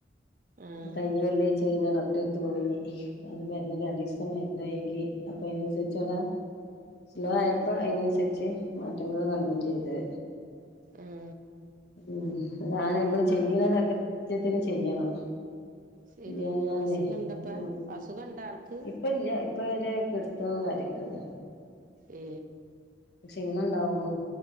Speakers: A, on the right; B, on the left.
A: ആ ആ
B: കഴിഞ്ഞ വെള്ളി ങ്ങട്ട് പിന്നെ ഡോക്ടറെടുത്ത് പോയി അത് മരു രണ്ട് ദിവസം മരുന്ന് എഴുതി അ <unintelligible> സ്ലോ ആയപ്പോ അതിനനുസരിച്ച് മാറ്റങ്ങൾ കണ്ടും ചെയ്തത്
A: ആ
B: ഉംതാന നമ്മള് ചെയ്യണതാ കൃത്യത്തിന് ചെയ്യണം
A: ശരിയെന്നെ
B: ഇ എന്നാലേ
A: അസുഖം ഇണ്ടപ്പ
B: ഉ
A: അസുഖം ഇണ്ട ആൾക്ക്
B: ഇപ്പ ഇല്ല ഇപ്പൊ <unintelligible> എത്താ കറിക്കുന്നത്
A: ഏ
B: പക്ഷെ ഇന്ന് ഇണ്ടാവോ